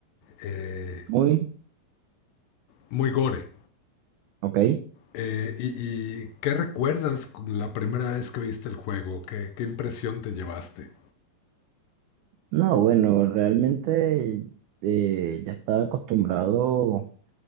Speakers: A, on the left; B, on the right.
A: eh,
B: Muy,
A: muy gore.
B: ok.
A: Eh, y, y qué recuerdas con la primera vez que viste el juego? ¿Qué, qué impresión te llevaste?
B: No, bueno, realmente eh, ya estaba acostumbrado